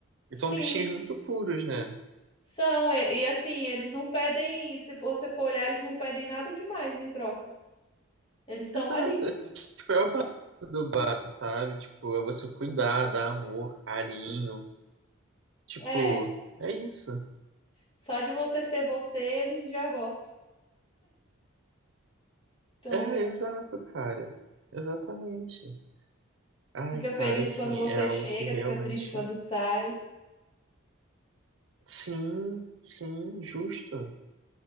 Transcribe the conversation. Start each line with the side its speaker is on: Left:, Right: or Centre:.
Left: Sim,
Right: Eles são bichinhos muito puros, né?
Left: são. E, e assim, eles não pedem, se for você for olhar, eles não pedem nada demais em troca. Eles estão
Right: Exato.
Left: ali.
Right: é, Tipo, é o básico do básico, sabe? Tipo, é você cuidar, dar amor, carinho. Tipo,
Left: É,
Right: é isso.
Left: só de você ser você, eles já gostam. Então,
Right: É, exato, cara. Exatamente. Ai,
Left: fica feliz
Right: cara, assim,
Left: quando você
Right: é algo
Left: chega,
Right: que realmente.
Left: fica triste quando sai.
Right: Sim, sim, justo.